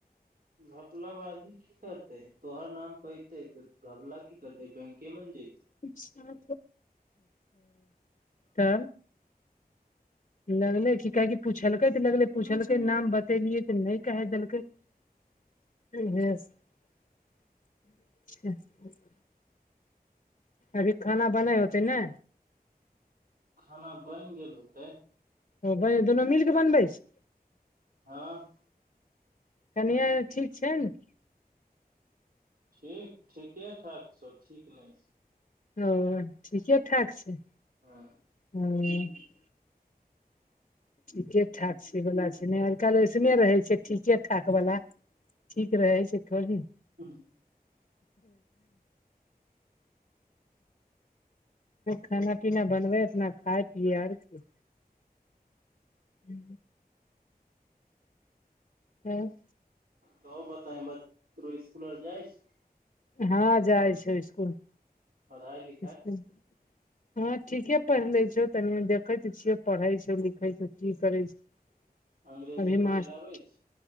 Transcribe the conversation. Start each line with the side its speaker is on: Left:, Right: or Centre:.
Right: घपला बाजी की करते तोहर नाम पैते त घबला की करते बैंके मे ने जते
Left: अच्छा त लगले कि काह कि पुछलकै त लगले पुछलकै नाम बतेलियै त नहि कहे देलकै आ <unintelligible> <unintelligible> अभी खाना बनै होतै ने
Right: खाना बैन गेल होतै
Left: ओ ब दुनू मिल क बनबै छै
Right: हँ
Left: कनिया आर ठीक छै ने
Right: ठीक ठीके ठाक छौ ठीक नय छौ
Left: ओ ठीके ठाक छै
Right: हँ
Left: ह ठीके ठाक छै बला छै ने आइ काल्हि इसने रहै छै ठीके ठाकवला ठीक रहै छै थोड़ी
Right: हूँ
Left: खाना पीना बनबै अपना खाय पियर आर कि हू हँ
Right: तो बता बतरो स्कुल आर जाइ छै
Left: हँ जाइ छै ईस्कुल
Right: पढ़ाई लि
Left: अस <unintelligible> <unintelligible> ह ठीके पढ़ लौ छै तनि देखै त छियो पढ़े छौ लिखै छौ की करै छौ <inaudible>
Right: अंग्रेजी
Left: अभी
Right: पढ़े
Left: मस्त
Right: लए आबै छै